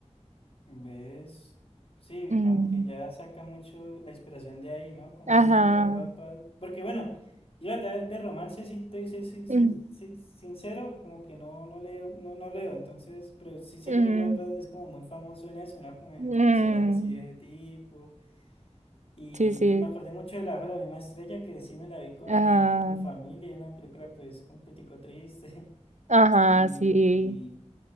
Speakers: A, on the left; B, on the right.
A: ¿Ves? Sí,
B: Mm,
A: como que ya saca mucho la inspiración de ahí, ¿no? Como
B: Ajá.
A: que ya de Wattpad. Porque bueno, yo la verdad de romance sí estoy sin- sin- sin-
B: Mm,
A: sin- sincero, como que no, no leo, no, no leo, entonces, pero sí sé
B: mm,
A: que Wattpad es como muy famoso en eso, ¿no? Como en
B: mm.
A: historias así de ese tipo. Y
B: Sí, sí.
A: me acordé mucho de La Bajo de la misma estrella, que sí me la vi con
B: Ajá.
A: mi familia, y una película pues un poquitico triste. <laughs>
B: Ajá,
A: Y
B: sí.